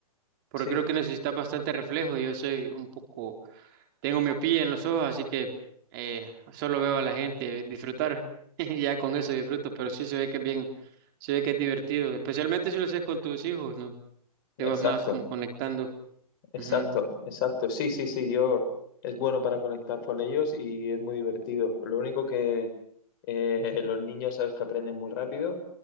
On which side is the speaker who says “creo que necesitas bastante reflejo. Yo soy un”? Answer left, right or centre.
Right